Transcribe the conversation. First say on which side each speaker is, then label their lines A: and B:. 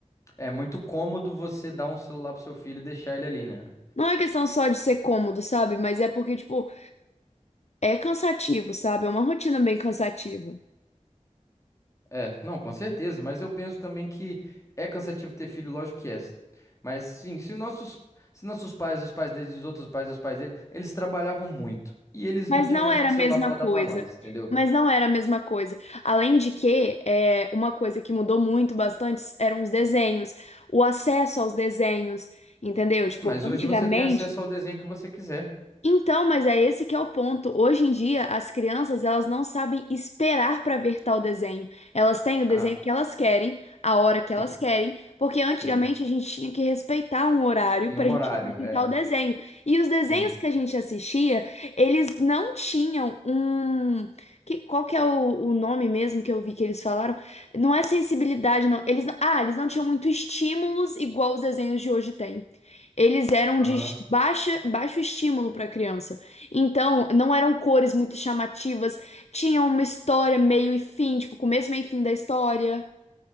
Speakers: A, on the left; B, on the left.
A: É muito cômodo você dar um celular pro seu filho e deixar ele ali, né?
B: Não é questão só de ser cômodo, sabe? Mas é porque, tipo, é cansativo, sabe? É uma rotina bem cansativa.
A: É, não, com certeza, mas eu penso também que é cansativo ter filho, lógico que é. Mas sim, se nossos, se nossos pais, os pais deles, os outros pais, os pais deles, eles trabalhavam muito e eles
B: Mas
A: não tinham
B: não era
A: celular
B: a mesma
A: pra dar
B: coisa.
A: pra nós, entendeu?
B: Mas não era a mesma coisa. Além de que, é, uma coisa que mudou muito bastante eram os desenhos, o acesso aos desenhos, entendeu? Tipo,
A: Ah, Mas
B: antigamente,
A: hoje você tem acesso ao desenho que você quiser.
B: Então, mas é esse que é o ponto. Hoje em dia, as crianças, elas não sabem esperar para ver tal desenho. Elas têm o desenho
A: Ah,
B: que elas querem, a hora que
A: sim,
B: elas querem, porque antigamente
A: sim.
B: a gente tinha que respeitar um horário
A: Tinha
B: para
A: um
B: a gente
A: horário,
B: assistir
A: é,
B: tal desenho. E os desenhos
A: sim.
B: que a gente assistia, eles não tinham um... Que, qual que é o, o nome mesmo que eu vi que eles falaram? Não é sensibilidade, não. Eles não... Ah, eles não tinham muito estímulos igual os desenhos de hoje têm. Eles eram
A: Aham.
B: de es- baixa, baixo estímulo para criança. Então, não eram cores muito chamativas, tinha uma história meio e fim, tipo, começo, meio e fim da história.